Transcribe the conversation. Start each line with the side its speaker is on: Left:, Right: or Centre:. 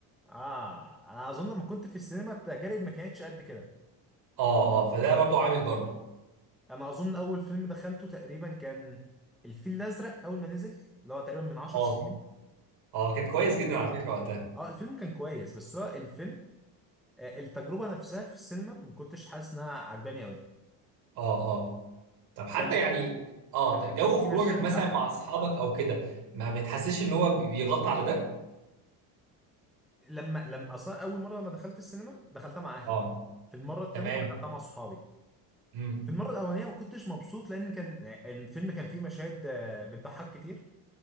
Centre: اه انا اظن لما كنت في السينما التجارب ما كانتش قد كده
Right: اه اه فده برضو عامل برضو
Centre: انا اظن اول فيلم دخلته تقريبا كان الفيل الازرق اول ما نزل اللي هو تقريبا من 10
Right: اه
Centre: سنين
Right: اه كان كويس
Centre: اه
Right: جدا على فكرة وقتها
Centre: آه، الفيلم كان كويس بس هو الفيلم آه، التجربه نفسها في السينما ما كنتش حاسس انها عجباني قوي
Right: اه اه طب حتى
Centre: كان
Right: يعني اه
Centre: كان
Right: جو
Centre: في
Right: خروجك
Centre: مشاهد
Right: مثلا
Centre: بتضحك
Right: مع اصحابك او كده ما بتحسش ان هو بي- بيغطي على ده
Centre: لما لما اصلا اول مره لما دخلت السينما دخلتها مع اهلي
Right: اه
Centre: في المره التانيه
Right: تمام
Centre: دخلتها مع صحابي
Right: امم
Centre: في المره الاولانيه ما كنتش مبسوط لان كان آه، الفيلم كان فيه مشاهد آه، بتضحك كتير